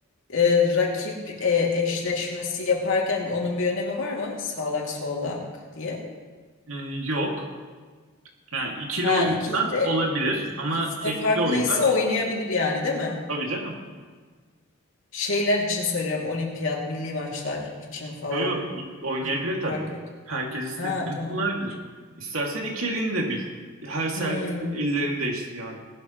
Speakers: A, on the left (about 70°); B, on the right (about 85°).
A: e, rakip e, eşleşmesi yaparken onun bir önemi var mı? Sağlak solak diye.
B: Ee, yok. Yani ikili
A: Ha
B: oynuyorsan
A: iki de,
B: olabilir
A: ikisi
B: ama tekli
A: de farklıysa
B: oyunda
A: oynayabilir yani değil mi?
B: tabii canım.
A: Şeyler için söylüyorum. Olimpiyat, milli maçlar için falan.
B: Yo, yo, ik- oynayabilir tabii.
A: Fark yok.
B: Herkes istediğini
A: Ha tamam.
B: kullanabilir. İstersen iki elini de bil. Her serviste
A: Hmm.
B: ellerini değiştir yani.